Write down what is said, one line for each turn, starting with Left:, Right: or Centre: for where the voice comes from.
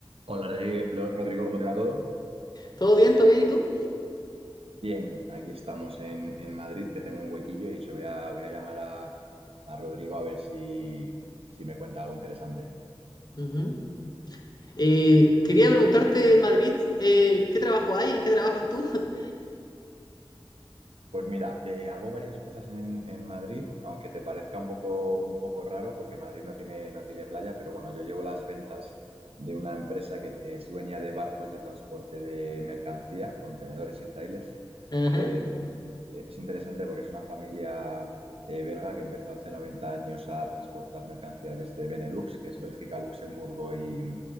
Right: Hola Rodri- lo- Rodrigo, ¿cómo te va todo?
Left: ¿Todo bien? ¿Todo bien? ¿Y tú?
Right: Bien, aquí estamos en, en Madrid, que tengo un huequillo y he dicho, voy a, voy a llamar a, a Rodrigo a ver si, si me cuenta algo interesante.
Left: Ujú. Eh, quería preguntarte en Madrid, eh, ¿qué trabajo hay? ¿En qué trabajas tú? <laughs>
Right: Pues mira, eh, hago varias cosas en, en Madrid, aunque te parezca un poco, un poco raro, porque Madrid no tiene, no tiene playa, pero bueno, yo llevo las ventas de una empresa que es dueña de barcos de transporte de mercancía, contenedores y trailers.
Left: Ajá.
Right: Eh, es interesante porque es una familia eh, belga que empezó hace 90 años a transportar mercancías desde Benelux, que es Bélgica, Luxemburgo y,